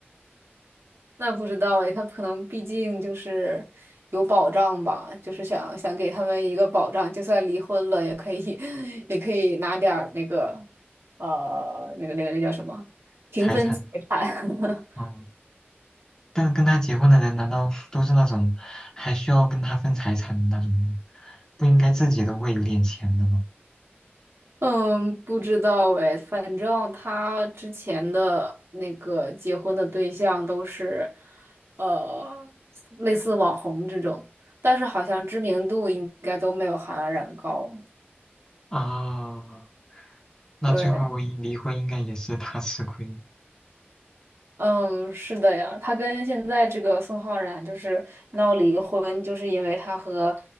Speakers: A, on the right (about 85°); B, on the left (about 15°).
A: 那不知道哎，他可能毕竟就是有保障吧，就是想想给他们一个保障，就算离婚了也可以，<laughs> 也可以拿点儿那个，呃，那个那个那叫什么平分财产。
B: 财产。
A: <laughs>
B: 哦，但是跟他结婚的人难道都是那种还需要跟他分财产的那种吗？不应该自己都会有点钱的吗？
A: 嗯，不知道哎，反正他之前的那个结婚的对象都是，呃，类似网红这种，但是好像知名度应该都没有韩安冉高。
B: 啊，那最后一离婚应该也是他吃亏，
A: 对。嗯，是的呀，他跟现在这个宋浩然就是闹离婚，就是因为他和